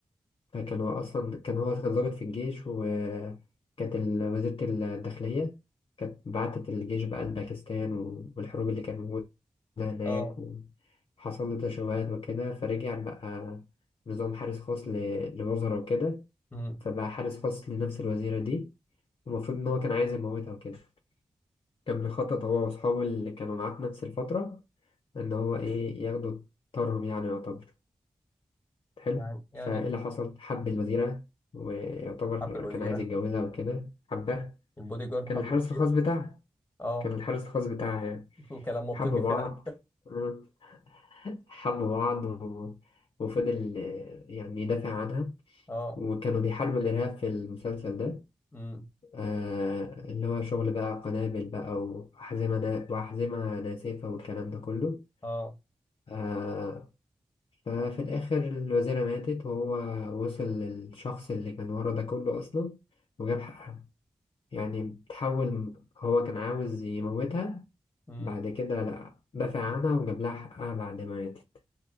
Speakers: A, on the left (about 55°); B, on the left (about 20°).
A: كان هو أصلا كان هو كان ضابط في الجيش وكانت ال- وزيرة الداخلية كانت بعتت الجيش بقى لباكستان و- والحروب اللي كانت موجودة هناك
B: آه
A: وحصل له تشوهات وكده فرجع بقى نظام حارس خاص ل- لوزراء وكده
B: مم.
A: فبقى حارس خاص لنفس الوزيرة دي المفروض إن هو كان عايز يموتها وكده كان بيخطط هو وأصحابه اللي كانوا معاه في نفس الفترة إن هو إيه ياخدوا طارهم يعني يعتبر حلو
B: يعني يعني
A: فايه اللي حصل حب الوزيرة ويعتبر
B: حب الوزيرة
A: كان عايز يتجوزها وكده حبها
B: البودي جارد
A: كان
B: حب
A: الحارس
B: الوزيرة
A: الخاص بتاعها
B: آه
A: كان الحارس الخاص بتاعها يعني
B: <laughs> كلام منطقي
A: حبوا بعض
B: فعلا
A: <laughs> مم. حبوا بعض و... وفضل آه، يعني يدافع عنها
B: اه
A: وكانوا بيحاربوا الإرهاب في المسلسل ده
B: امم
A: آه اللي هو شغل بقى قنابل بقى وأحزمة نا... وأحزمة ناسفة والكلام ده كله
B: اه
A: آه ففي الآخر الوزيرة ماتت وهو وصل للشخص اللي كان ورا ده كله أصلا وجاب حقها يعني بتحول هو كان عاوز يموتها
B: امم
A: بعد كده لأ دافع عنها وجاب لها حقها بعد ما ماتت